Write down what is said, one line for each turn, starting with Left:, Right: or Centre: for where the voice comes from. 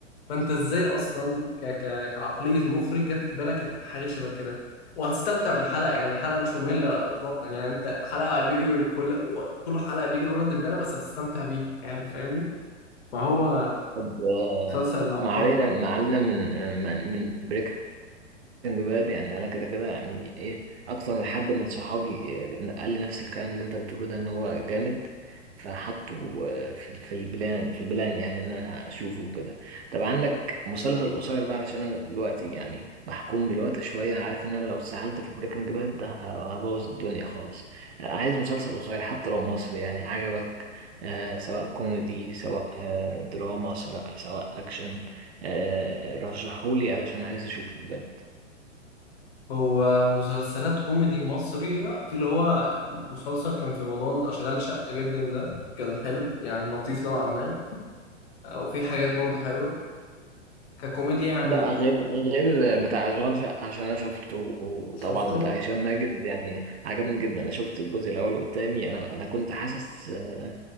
Left: فانت ازاي اصلا ك... ك... كعقليه مخرج جت في بالك حاجه شبه كده وهتستمتع بالحلقه يعني الحلقه مش ممله اطلاقا يعني انت حلقه بيجري كل كل حلقه بيجري ولد دبانه بس هتستمتع بيها يعني فاهمني فهو
Right: طب آه،
Left: مسلسل عبقري
Right: ما علينا ما علينا من آه، من من بريك بجد يعني انا كده كده يعني ايه اكتر من حد من صحابي إيه، قال لي نفس الكلام اللي انت بتقوله ده ان هو جامد فحطه آه، في في البلان في البلان يعني ان انا اشوفه كده طب عندك مسلسل قصير بقى علشان انا دلوقتي يعني محكوم بالوقت شويه عارف ان انا لو اتسحلت في بريكنج باد ده هبوظ الدنيا خالص آه، عايز مسلسل قصير حتى لو مصري يعني عجبك آه، سواء كوميدي سواء آه، دراما سواء سواء اكشن آه، رشحهولي علشان عايز اشوفه بجد
Left: هو مسلسلات كوميدي مصرية في اللي هو مسلسل كان في رمضان أشغال شقة جدا ده كان حلو يعني لطيف نوعا ما وفي حاجات برضه حلوه ككوميديا يعني
Right: لا غير غير بتاع اشغال شقة عشان انا شفته
Left: شفته
Right: طبعا بتاع هشام ماجد يعني عجبني جدا انا شفت الجزء الاول والتاني انا انا كنت حاسس آه،